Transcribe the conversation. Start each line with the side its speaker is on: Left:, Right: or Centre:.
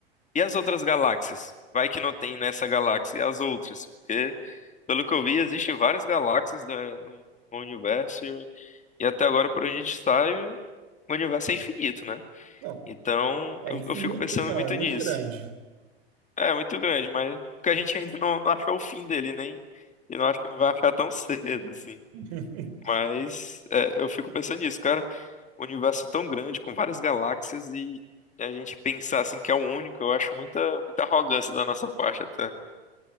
Left: E as outras galáxias? Vai que não tem nessa galáxia as outras? Porque, pelo que eu vi, existem várias galáxias da- no, no universo e, e até agora, por onde a gente sabe, o universo é infinito, né?
Right: Não.
Left: Então,
Right: É
Left: eu,
Right: infinito,
Left: eu fico pensando
Right: não,
Left: muito
Right: é muito
Left: nisso.
Right: grande.
Left: É, muito grande, mas porque a gente ainda não, não achou o fim dele, nem, e não acho que não vai achar tão <laughs> cedo, assim.
Right: <laughs>
Left: Mas é, eu fico pensando nisso, cara. O universo tão grande, com várias galáxias e a gente pensar assim que é o único, eu acho muita, muita arrogância da nossa parte até.